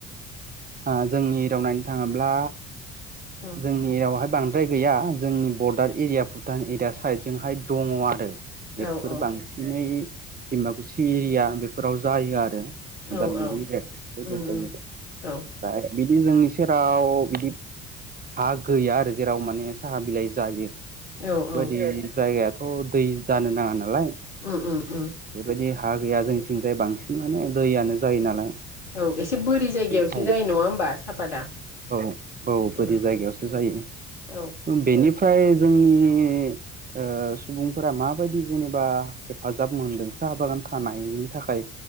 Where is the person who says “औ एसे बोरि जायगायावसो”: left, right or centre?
Left